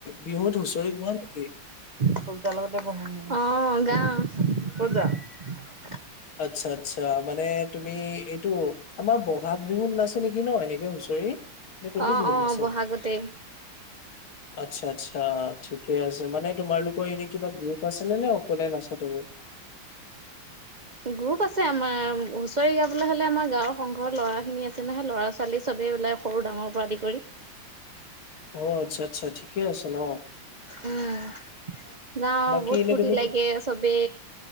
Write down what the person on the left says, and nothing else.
বিহুত হুঁচৰি গোৱা নেকি?
আচ্ছা আচ্ছা মানে তুমি এইটো, আমাৰ ব'হাগ বিহুত নেকি ন এনেকে হুঁচৰি নে কোনটো
বিহুত
নাছে?
আত্ছা আচ্ছা। ঠিকে আছে, মানে তোমালোকৰ এনে কিবা গ্ৰুপ আছে নে, নে অকলে নাচা তুমি। <inaudible>
অ আচ্ছা আচ্ছা ঠিকে আছে ন।
বাকী
এনে
তুমি